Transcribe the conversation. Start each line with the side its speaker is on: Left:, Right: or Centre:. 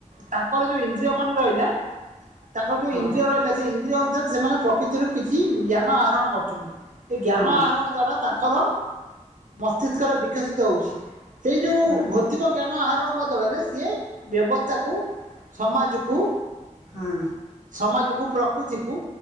Right: ତାଙ୍କର ଯୋଉ ଇନ୍ଦ୍ରିୟ ମାନ ରହିଲା ତାଙ୍କ ଯୋଉ
Left: ହଁ
Right: ଇନ୍ଦ୍ରିୟ ରହିଲା ସେ ଇନ୍ ଅନୁସାରେ ସେମାନେ ପ୍ରକୃତିରୁ କିଛି ଜ୍ଞାନ ଆହରଣ କରି ସେ ଜ୍ଞାନ
Left: ହଁ
Right: ଆହରଣ ଦ୍ଵାରା ତା ତାଙ୍କର ମସ୍ତିଷ୍କରେ ବିକଶିତ ହଉଛି। ସେଇ ଯୋଉ
Left: ହୁଁ
Right: ଭୌତିକ ଆହରଣ ବଦଳରେ ସିଏ ବ୍ୟବସ୍ଥାକୁ ସମାଜକୁ
Left: ହୁଁ
Right: ସମାଜକୁୁପ୍ ପ୍ରକୃତିକୁ